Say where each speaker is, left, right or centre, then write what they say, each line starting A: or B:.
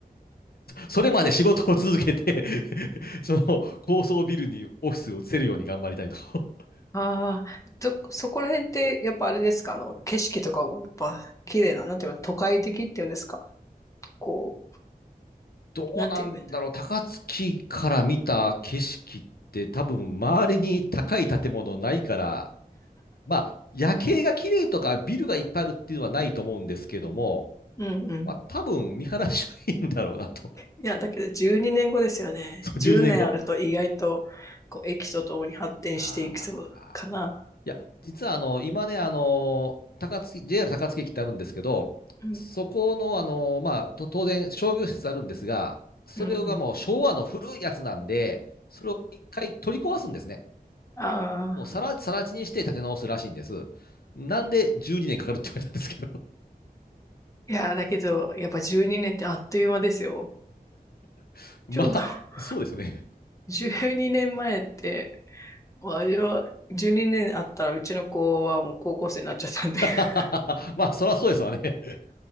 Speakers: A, on the left; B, on the left.
A: そそれまで仕事を続けて <laughs> その高層ビルにオフィスを移せるように頑張りたいと。<laughs>
B: ああ、ど、そこら辺って、やっぱあれですかあの、景色とかもやっぱ綺麗な、なんていうの、都会的っていうんですかこ
A: どうなんだろう、
B: う、なんて言えばいいんだ。
A: 高槻から見た景色って、多分周りに高い建物ないから、まあ、夜景が綺麗とかビルがいっぱいあるっていうのはないと思うんですけども、
B: うん
A: まあ、多分見晴らしはいいんだろうなと。
B: いや、だけど12年後ですよね。
A: <laughs> そう、
B: 10年あると意外と、
A: 12年後。
B: こう、駅とともに発展していきそうかな。
A: ああいや、実はあの、今ね、あの、高槻、JR 高槻駅ってあるんですけど、
B: うん、
A: そこの、あの、まあ、と当然商業施設あるんですが、それがもう昭和の古いやつなんで、
B: うん、うん。
A: それを一回取り壊すんですね。
B: ああ。
A: もうさら、さら地にして建て直すらしいんです。なんで12年かかるって言われたんですけど。
B: いや、だけど、やっぱ12年ってあっという間ですよ。
A: <laughs> まあ、
B: ちょうど <laughs>
A: そうですよね。
B: 12年前って、もうあれは、12年あったらうちの子はもう高校生になっちゃったんで <laughs>
A: <laughs> まあ、そりゃそうですわね。